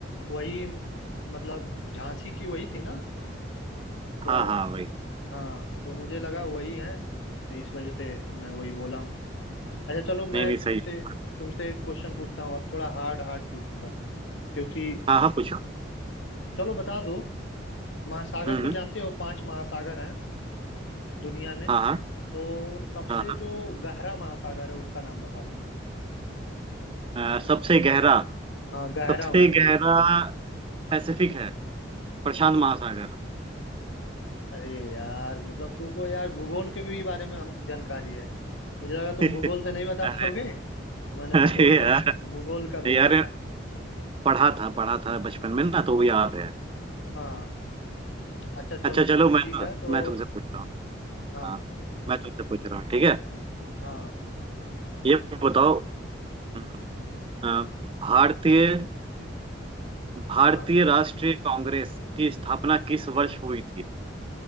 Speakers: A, on the left; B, on the right.
A: वही मतलब झांसी की वही थी ना तो
B: हाँ हाँ भाई
A: हाँ तो मुझे लगा वही है तो इस वजह से मैं वही बोला हूँ अच्छा चलो मैं
B: नहीं नहीं
A: तुमसे
B: सही है
A: तुमसे क्वेश्चन पूछता हूँ अब थोड़ा हार्ड हार्ड पूछूंगा क्योंकि
B: हाँ हाँ पूछो
A: चलो बता दो महासागर
B: हम्म
A: तो जानते हो पांच महासागर हैं दुनिया में
B: हाँ हाँ
A: तो सबसे
B: हाँ
A: जो गहरा महासागर है उसका नाम बता दो
B: हाँ अ, सबसे गहरा
A: हाँ गहरा
B: सबसे
A: होना चाहिए
B: गहरा पैसिफिक है प्रशांत महासागर
A: अरे यार मतलब तुमको यार भूगोल के भी बारे में हम जानकारी है मुझे लगा
B: <laughs>
A: तुम भूगोल से नहीं बता
B: अरे
A: पाओगे तो मैंने
B: अरे
A: भूगोल
B: यार
A: का भूगोल का भेजा
B: यार
A: था
B: पढ़ा था पढ़ा था बचपन में ना तो वो याद है
A: हाँ अच्छा
B: अच्छा
A: चलो ठीक
B: चलो मैं तो
A: है तो
B: मैं तुमसे पूछ रहा हूँ
A: हाँ
B: हाँ मैं तुमसे पूछ रहा हूँ ठीक है
A: हाँ
B: ये बताओ हम्म, अ, भारतीय भारतीय
A: हाँ
B: राष्ट्रीय कांग्रेस की स्थापना किस वर्ष हुई थी